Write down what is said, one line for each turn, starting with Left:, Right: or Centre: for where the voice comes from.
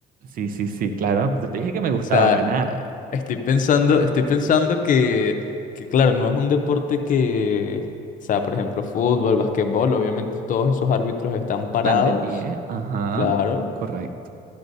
Right: Sí, sí, sí, claro. Yo te dije que me gustaba
Left: O sea,
Right: ganar.
Left: estoy pensando, estoy pensando que, que claro, no es un deporte que, o sea, por ejemplo, fútbol, basquetbol, obviamente todos esos árbitros están parados,
Right: Están de pie. Ajá,
Left: claro.
Right: correcto.